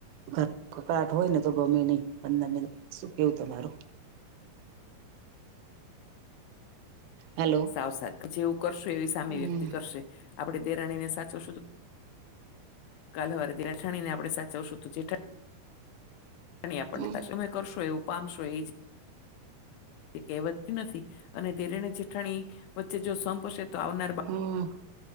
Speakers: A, on the right; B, on the left.
A: કર કકડાટ હોય ને ગમેય નહી પંદર મિનિટ શું કેવું તમારું હેલો
B: સાવ સાત કે જેવું કરશું એવી સામી
A: હમ
B: વ્યક્તિ કરશે આપણે દેરાણીને સાચો શું? કાલ હવારે દેઠાણી ને આપણે સાચવશું તો જેઠાણી ની આપણને
A: હમ
B: સાથે તમે કરશો એવું પામશો એ જ. તે કહેવત નથી અને દેરાણી જેઠાણી વચ્ચે જો સંપ હશે તો આવનાર
A: હમ.